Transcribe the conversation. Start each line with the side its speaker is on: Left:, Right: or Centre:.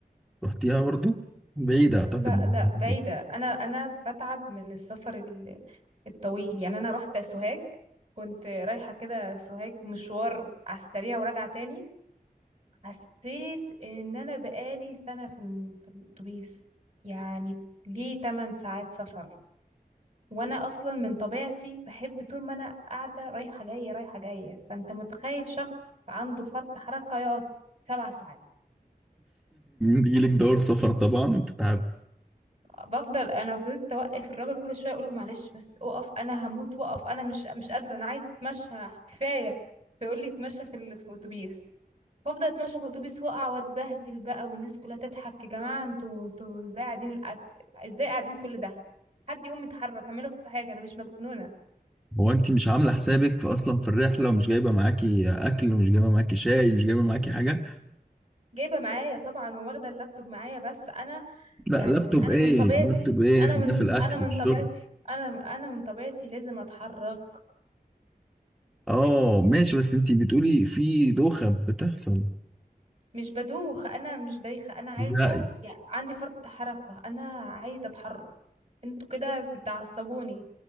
Centre: رحتيها برضو بعيدة أعتقد
Right: لا
Centre: <laughs>
Right: لا بعيدة أنا أنا بتعب من السفر ال- الطويل يعني أنا رحت سوهاج كنت رايحة كده سوهاج مشوار على السريع وراجعة تاني حسيت إن أنا بقالي سنة في الم- في الأتوبيس يعني ليه 8 ساعات سفر وأنا أصلا من طبيعتي بحب طول ما أنا قاعدة رايحة جاية رايحة جاية فأنت متخيل شخص عنده فرط حركة يقعد سبع ساعات
Centre: بيجيلك دور سفر طبعا وبتتعب
Right: بفضل انا فضلت اوقف الراجل كل شويه اقول له معلش بس اقف انا هموت وقف انا مش مش قادره انا عايز اتمشى كفايه فيقول لي اتمشى في ال... في الاتوبيس فافضل اتمشى في الاتوبيس واقع واتبهدل بقى والناس كلها تضحك يا جماعه انتوا انتوا ازاي قاعدين الأت- ازاي قاعدين كل ده حد يقوم يتحرك اعملوا حاجه انا مش مجنونه
Centre: هو أنت مش عاملة حسابك في أصلا في الرحلة ومش جايبة معاكي أكل ومش جايبة معاكي شاي مش جايبة معاكي حاجة
Right: جايبه معايا طبعا وواخده اللابتوب معايا بس انا
Centre: لا
Right: يعني
Centre: لابتوب
Right: انا
Centre: إيه
Right: من طبيعتي
Centre: لابتوب إيه
Right: انا
Centre: خلينا
Right: من
Centre: في الأكل
Right: انا من
Centre: والشرب
Right: طبيعتي انا انا من طبيعتي لازم اتحرك
Centre: آه ماشي بس أنت بتقولي في دوخة بتحصل
Right: مش بدوخ انا مش دايخه انا عايزه
Centre: لا
Right: يعني عندي فرط حركه انا عايزه اتحرك انتوا كده بتعصبوني